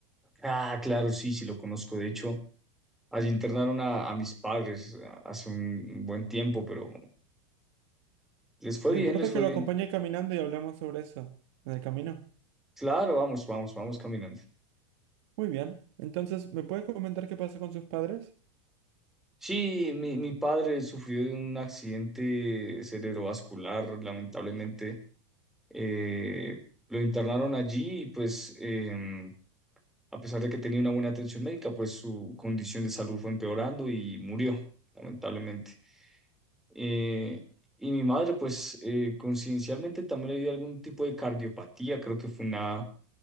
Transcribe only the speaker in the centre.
Ah, claro, sí, sí, lo conozco. De hecho, allí internaron a, a mis padres ah, hace un un buen tiempo, pero Les fue
bien,
les fue
bien.
Claro, vamos, vamos, vamos caminando.
Sí, mi, mi padre sufrió de un accidente cerebrovascular, lamentablemente. Eh, lo internaron allí y pues em, a pesar de que tenía una buena atención médica, pues su condición de salud fue empeorando y murió, lamentablemente. Eh, y mi madre, pues eh, conciencialmente también le dio algún tipo de cardiopatía, creo que fue una